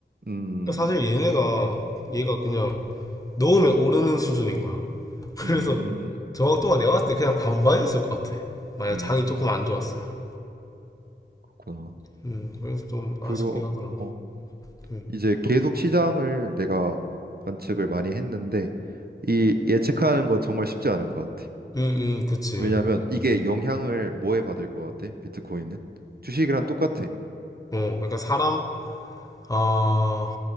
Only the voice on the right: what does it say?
음,
음,
음.
그렇구나.
그럼,
어,
이제 계속 시장을 내가 관측을 많이 했는데 이 예측하는 건 정말 쉽지 않은 것 같아.
왜냐하면
이게 영향을 뭐에 받을 것 같아? 비트코인은 주식이랑 똑같아.